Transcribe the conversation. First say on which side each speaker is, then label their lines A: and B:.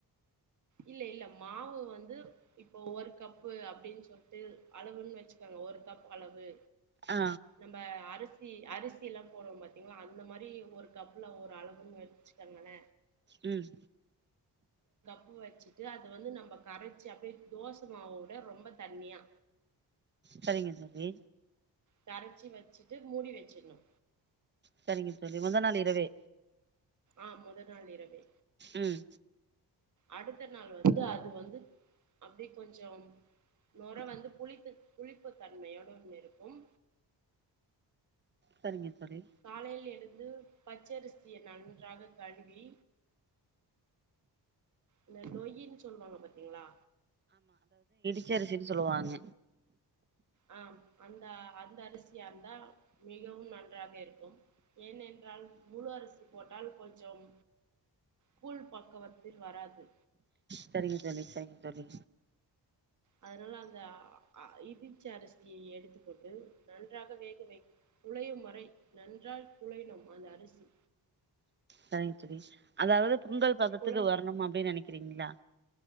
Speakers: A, on the right; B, on the right.
A: இல்ல இல்ல மாவு வந்து இப்போ ஒரு கப்பு அப்டின்ட்டு சொல்ட்டி அளவுன்னு வெச்சுகோங்க ஒரு கப் அளவு
B: ஆ
A: நம்ம அரு சி அரிசி எல்லாம் போடுவோம் பாத்தீங்களா அந்த மாரி ஒரு கப்புல ஒரு அளவுன்னு வெச்சுக்காங்கல
B: உம்
A: பூ வச்சுட்டு அது வந்து நம்ம கரச்சு அப்டியே தோச மாவவுட ரொம்ப தண்ணியா
B: செரிங்க தோழி
A: கரச்சு வெச்சிட்டு மூடி வெச்சிரணு
B: செரிங்க தோழி முதனாள் இரவே
A: ஆஹ் மொத நாள் இரவே
B: உம்
A: அடுத்த நாள் வந்து அது வந்து அப்டி கொஞ்சம் நொற வந்து புளித்த புளிப்பு தன்மையோட ஒண்ணு இருக்கும்
B: சரிங்க தோழி
A: காலையில் எடுத் வந்து பச்சரிசிய நன்றாக கழுவி இந்த நொய்யின்னு சொல்லுவாங்க பாத்தீங்களா
B: செரி செரி சொல்லுவாங்க
A: ஆஹா அந்த அந்த அரிசியா இருந்த மிகவும் நன்றாக இருக்கும் ஏனென்றால் முழு அரிசி போட்டால் கொஞ்சம் கூழ் பக்கவத்தில் வராது
B: சரிங்க தோழி சரிங்க தோழி
A: அதனால அந்த அ இடிச்ச அரிசியை எடுத்துக்கொண்டு நன்றாக வேகவைத்து குழையும் வரை நன்றாய் குழையணும் அந்த அரிசி
B: சரிங்க தோழி அதாவ்து பொங்கல் பதத்துக்கு
A: குழை
B: வரணும் அப்படின்னு நனைக் இருக்கீங்களா